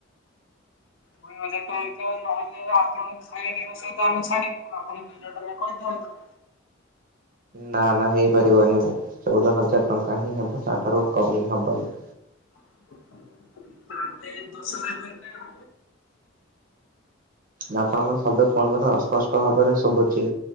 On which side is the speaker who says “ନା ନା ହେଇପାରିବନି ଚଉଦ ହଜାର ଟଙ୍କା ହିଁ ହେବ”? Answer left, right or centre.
Right